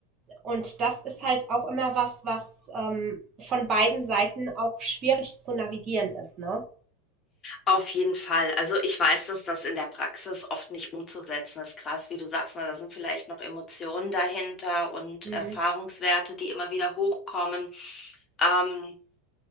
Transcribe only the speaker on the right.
und das ist halt auch immer was, was ähm, von beiden Seiten auch schwierig zu navigieren ist, ne?
Mhm.